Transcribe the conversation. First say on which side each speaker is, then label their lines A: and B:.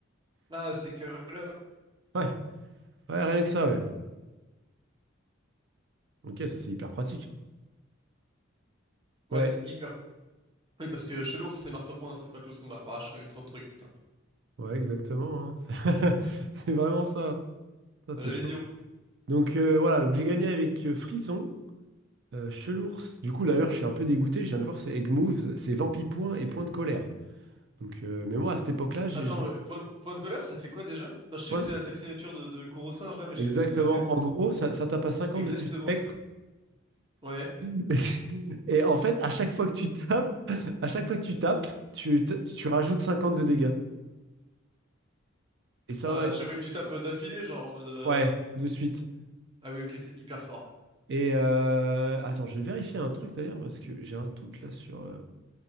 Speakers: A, on the right; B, on the right.
A: Là, c'est curler.
B: Ouais, ouais, rien que ça, ouais. Ok, ça c'est hyper pratique.
A: Ouais,
B: Ouais,
A: c'est hyper. Oui, parce que chez l'ours, c'est marteau point, c'est pas close combat. Ouah, je connais trop de trucs, putain.
B: ouais, exactement. hein. <laughs> C'est vraiment ça. Ça,
A: T'as
B: t'es
A: la
B: chaud.
A: vision.
B: Donc euh, voilà, donc j'ai gagné avec euh, Frisson, euh, Chelours. Du coup, d'ailleurs, je suis un peu dégoûté. Je viens de voir, c'est Egg Moves, c'est Vampi Point et Point de Colère. Donc, euh, mais moi, à cette époque-là, j'ai.
A: Attends,
B: j'ai-
A: mais point, point de colère, ça fait quoi déjà? Enfin, je sais
B: point-
A: que c'est l'attaque signature de, de Kuro-singe là, mais
B: Exactement.
A: je sais plus ce que ça fait.
B: En gros, ça, ça tape à 50
A: <laughs> Exactement.
B: de type spectre.
A: Ouais.
B: <laughs> Et en fait, à chaque fois que tu tapes, À chaque fois que tu tapes, tu, t- tu rajoutes 50 de dégâts. Et ça,
A: Euh,
B: ouais,
A: à chaque fois que tu tapes euh, d'affilée, genre en mode. euh,
B: ouais, de suite.
A: Ah oui, ok, c'est hyper fort.
B: Et euh, attends, je vais vérifier un truc d'ailleurs parce que j'ai un doute là sur. euh,